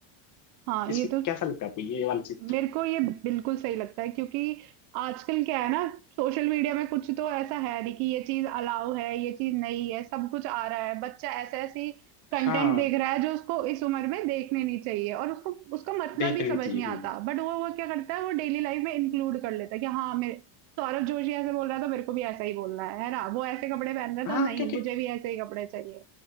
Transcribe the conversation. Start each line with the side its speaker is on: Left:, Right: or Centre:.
Right: हाँ
Left: इसमें
Right: ये तो
Left: कैसा लगता है आपको ये वाला चीज
Right: मेरे को ये बिल्कुल सही लगता है क्योंकि आजकल क्या है ना सोशल मीडिया में कुछ तो ऐसा है नहीं कि ये चीज अलाउ है ये चीज नहीं है सब कुछ आ रहा है बच्चा ऐसे ऐसी कंटेंट
Left: हाँ
Right: देख रहा है जो उसको इस उम्र में देखने नहीं चाहिए और उसको उसका मतलब
Left: देख
Right: भी
Left: लेनी
Right: समझ
Left: चाहिए
Right: नहीं आता
Left: हम्म।
Right: बट वो वो क्या करता है वो डेली लाइफ में इंक्लूड कर लेता है कि हाँ मेरे सौरभ जोशी ऐसे बोल रहा है तो मेरे को भी ऐसा ही बोलना है है ना वो ऐसे कपड़े पहन रहा है तो
Left: हाँ
Right: नहीं
Left: क्योंकि
Right: मुझे भी ऐसे ही कपड़े चाहिए